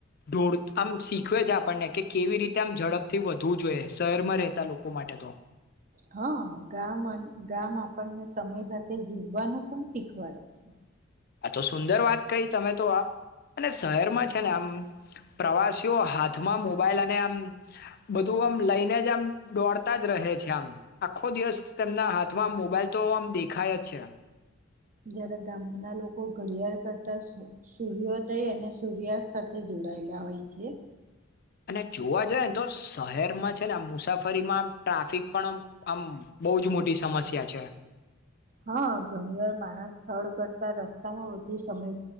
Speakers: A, on the left; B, on the right.
A: ઢોળ આમ શીખવે છે આપણને કે કેવી રીતે આમ ઝડપથી વધવું જોઈએ શહેરમાં રહેતા લોકો માટે તો.
B: હા ગામ ગામ આપણને સમય સાથે જીવવાનું પણ શીખવાડે છે.
A: આ તો સુંદર વાત કહી તમે તો આ અને શહેરમાં છે ને આમ પ્રવાસીઓ હાથમાં મોબાઈલ અને આમ બધું આમ લઈને જ આમ દોડતા જ રહે છે આમ આખો દિવસ તેમના હાથમાં મોબાઈલ તો આમ દેખાય જ છે.
B: જયારે ગામના લોકો ઘડિયાળ કરતા સૂર્યોદય અને સૂર્યાસ્ત સાથે જોડાયેલા હોય છે.
A: અને જોવા જઈએ ને તો શહેરમાં છે ને મુસાફરીમાં ટ્રાફિક પણ આમ બહુ જ મોટી સમસ્યા છે.
B: હા ઘણી વાર માણસ સ્થળ કરતા રસ્તામાં વધુ સમય